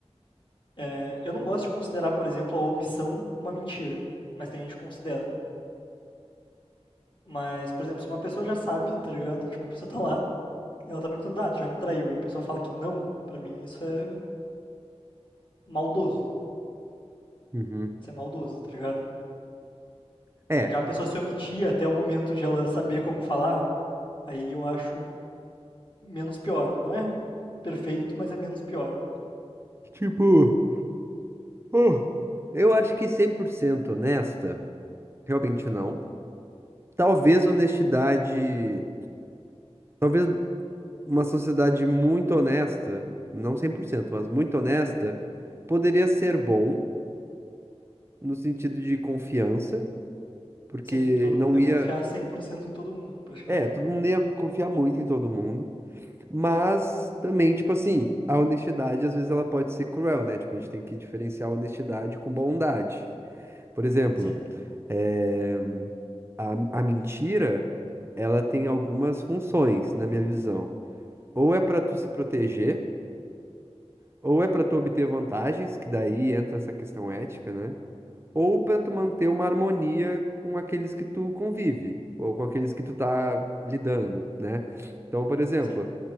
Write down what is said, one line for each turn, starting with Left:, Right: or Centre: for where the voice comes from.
Left: É, eu não gosto de considerar, por exemplo, a omissão uma mentira, mas tem gente que considera. Mas, por exemplo, se uma pessoa já sabe, tá ligado? Tipo, a pessoa tá lá e ela tá perguntando, ah, tu já me traiu, e a pessoa fala que não, pra mim isso é maldoso,
Right: uhum.
Left: Isso é maldoso, tá ligado?
Right: É,
Left: Já a pessoa se omitia até o momento de ela saber como falar, aí eu acho menos pior. Não é perfeito, mas é menos pior.
Right: tipo. Uh. Eu acho que 100% honesta, realmente não. Talvez honestidade, talvez uma sociedade muito honesta, não 100%, mas muito honesta, poderia ser bom no sentido de confiança, porque
Left: Sim, todo
Right: não
Left: mundo ia
Right: ia,
Left: confiar 100% em todo mundo, praticamente.
Right: é, todo mundo ia confiar muito em todo mundo, mas também, tipo assim, a honestidade às vezes ela pode ser cruel, né? Tipo, a gente tem que diferenciar honestidade com bondade. Por exemplo,
Left: Sim.
Right: é, A, a mentira, ela tem algumas funções, na minha visão. Ou é para tu se proteger, ou
Left: Uhum.
Right: é para tu obter vantagens, que daí entra essa questão ética, né? Ou para tu manter uma harmonia com aqueles que tu convive, ou com aqueles que tu tá lidando, né? Então, por exemplo,
Left: Sim.